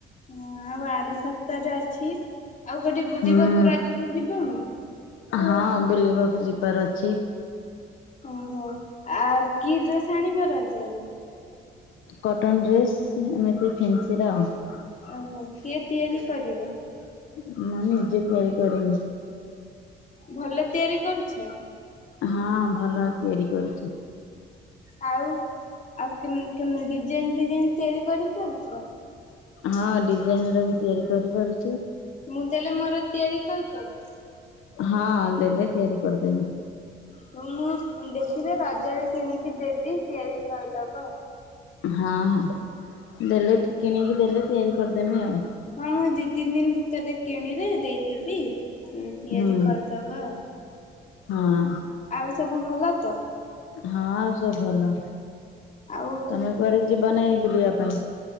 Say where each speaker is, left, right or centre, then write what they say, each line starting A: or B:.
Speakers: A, on the left; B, on the left.
A: ହଁ ଆଉ ଆର ସତର ଅଛି। ଆଉ ଗୋଟେ ବୁଲିବାକୁ
B: ହୁଁ
A: ରଜରେ ଯିବନି?
B: ହଁ ବୁଲିବାକୁ ଯିବି। ବର ଅଛି।
A: ଓହୋ ଆ କି ଡ୍ରେସ ଆଣିବ ରଜରେ
B: କଟନ ଡ୍ରେସ୍ ଏମିତି ଫେନ୍ସି ର ମୁଁ
A: ଓହୋ କିଏ ତିଆରି କରିବ
B: ନିଜେ ତିଆରି କରରିବି।
A: ଭଲ ତିଆରି କରୁଛ
B: ହଁ ଭଲ ତିଆରି କରୁଚି।
A: ଆଉ ଆଉ କେମ୍ କେମିତି ଡିଜାଇନ୍ ଫିଜାଇନ୍? ତିଆରି କରି ପାରୁଚ?
B: ହଁ ଡିଜାଇନ୍ ର ବି ତିଆରି କରିପାରୁ
A: ମୁଁ ଦେଲେ ମୋର ତିଆରି କରିଦେବ?
B: ହଁ ଦେଲେ ତିଆରି କରିଦେମି।
A: ହଉ ମୁଁ ଦେଖିଲେ ରଜ ରେ କିଣିକି ଦେବି ତିଆରି କରିଦବ।
B: ହଁ ହଁ ଦେଲେ କିଣିକି ଦେଲେ ତିଆରି କରିଦେମି ଆଉ
A: ନଁ ମୁଁ ଏ ଦି ତିନି ଦିନ ଭିତରେ କିଣିରେ ଦେଇଦେବି। ହୁଁ ତିଆରି
B: ହୁଁ।
A: କରିଦବା।
B: ହଁ।
A: ଆଉ ସବୁ ଭଲ ତ?
B: ହଁ ଆଉ ସବୁ ଭଲ।
A: ଆଉ
B: ତମେ କୁଆଡେ ଯିବ ନାଇଁ ବୁଲିବାକୁ। ପାଇଁ